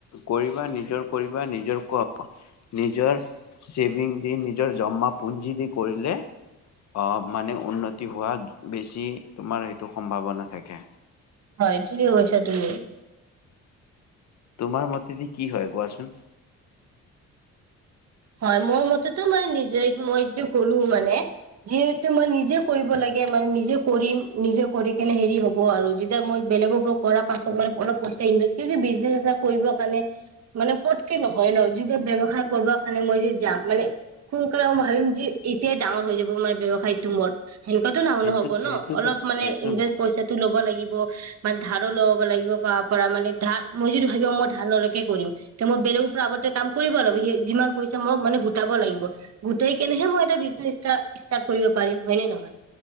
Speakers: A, on the left; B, on the right.
A: কৰিবা নিজৰ কৰিবা নিজৰ ক নিজৰ চেভিং দি নিজৰ জমা পুঞ্জি দি কৰিলে অ মানে উন্নতি হোৱা বেছি তোমাৰ সেইটো সম্ভাৱনা থাকে।
B: হয় ঠিকে কৈছা তুমি
A: তোমাৰ মতে দি কি হয় কোৱাচোন?
B: হয় মোৰ মতেতো মানে নিজে মই যে কলোঁ মানে- যিহেতু মই নিজে কৰিব লা- গে মানে নিজে কৰিম নিজে কৰি কিনে হেৰি হ'ব আৰু যেতিয়া মই বেলেগৰ পৰা কৰা পাছত মানে অলপ পইচা ইনভেষ্ট কিয় কি বিজনেছ ইছনেছ কৰিবৰ কাৰণে মানে পতকে নহয় ন যেতিয়া ব্যৱসায় কৰবা- মানে মই যে যাম মানে সোনকালে ম ভাবিম যে এতিয়াই ডাঙৰ হৈ যাব মানে ব্যৱসায়টো মোৰ। সেনকাতো নাহল
A: সেইটো
B: হব
A: সেইটোতো
B: ন অলপ মানে
A: সেইটো
B: ইনভেষ্ট
A: নহয়
B: পইচাটো ল'ব লাগি- ব মানে ধাৰো লব লাগিব কাবা পৰা মানে ধাৰ মই যদি ভাবিম অ মই ধাৰ নলকে কৰিম তে মই বেলেগৰ পৰা আগতে কাম কৰিব লাগিব সি যিমান- পইচা মই মানে গোটাব লাগিব, গোটাই কেনেহে মই এটা বিজনেছ ষ্টা ষ্টাৰ্ট কৰিব পাৰিম হয়নে নহয়?